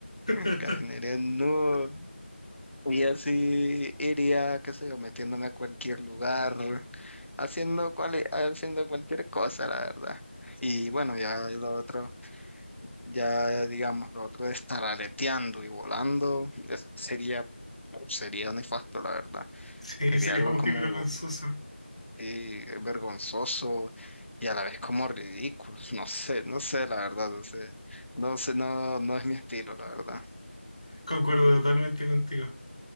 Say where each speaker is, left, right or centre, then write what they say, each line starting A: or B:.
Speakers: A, on the left; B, on the left.
A: <laughs>
B: Caminaría desnudo Y así iría, qué sé yo, metiéndome a cualquier lugar, haciendo, cual, haciendo cualquier cosa, la verdad. Y bueno, ya lo otro, ya digamos, lo otro de estar aleteando y volando, eso sería, sería nefasto, la verdad.
A: Sí,
B: Sería
A: sería
B: algo
A: muy
B: como
A: vergonzoso.
B: eh, vergonzoso y a la vez como ridículo. <laughs> No sé, no sé, la verdad, no sé, no sé, no, no es mi estilo, la verdad.
A: Concuerdo totalmente contigo.